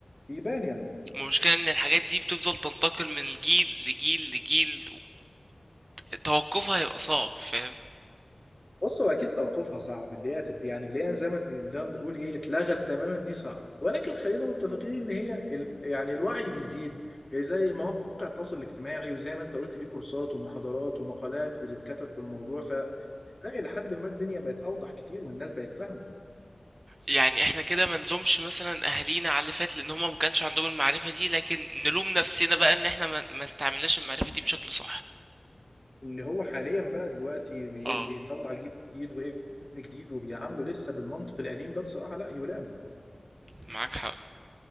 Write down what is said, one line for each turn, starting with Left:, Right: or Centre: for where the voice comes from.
Left: بيبان يعني
Right: ما المشكلة ان الحاجات دي بتفضل تنتقل من جيل لجيل لجيل وتوقفها هيبقى صعب فاهم
Left: بص هو اكيد توقفها صعب اللي هي تت... يعني اللي هي زي ما نقدر نقول ايه اتلغت تماما دي صعب ولكن خلينا متفقين ان هي ال... يعني الوعي بيزيد زي مواقع التواصل الاجتماعي وزي ما انت قلت في كورسات ومحاضرات ومقالات بتتكتب في الموضوع فلا الى حد ما الدنيا بقت اوضح كتير والناس بقت فاهمه
Right: يعني احنا كده ما نلومش مثلا اهالينا على اللي فات لان هما ما كانش عندهم المعرفة دي لكن نلوم نفسنا بقى ان احنا ما ما استعملناش المعرفة دي بشكل صح
Left: اللي هو حاليا بقى دلوقتي بي...
Right: اه
Left: بيطلع جيل جديد وابن جديد وبيعامله لسه بالمنطق القديم ده بصراحه لا يلام
Right: معاك حق